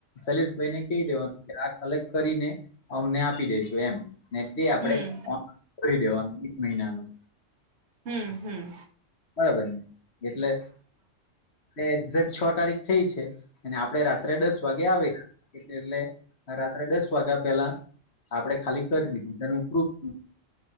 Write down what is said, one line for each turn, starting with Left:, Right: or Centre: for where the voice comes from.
Left: સૈલેષભાઈ ને કહી દેવાનું આ કલેક્ટ કરીને અમને આપી દેજો એમ નેથી આપણે
Right: હમ
Left: ઓન કરી દેવાનું એક મહિનાનું
Right: હમ્મ હમ્મ.
Left: બરાબર ને એટલે એ એક્ઝેક્ટ છ તારીખ થઈ છે અને આપડે રાત્રે દસ વાગે આવેરા એ એટલે રાત્રે દસ વાગ્યા પેલા આપડે ખાલી કરી દીધી તેનું પ્રૂફ